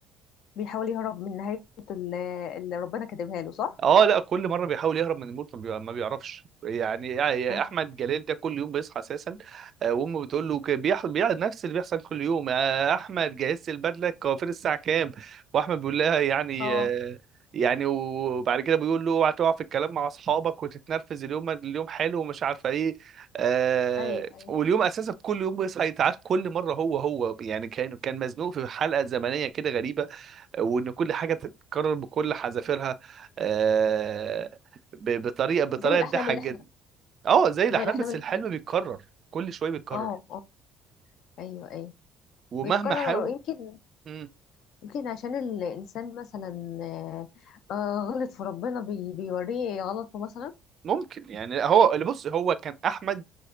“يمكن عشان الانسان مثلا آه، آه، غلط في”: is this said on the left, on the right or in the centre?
Left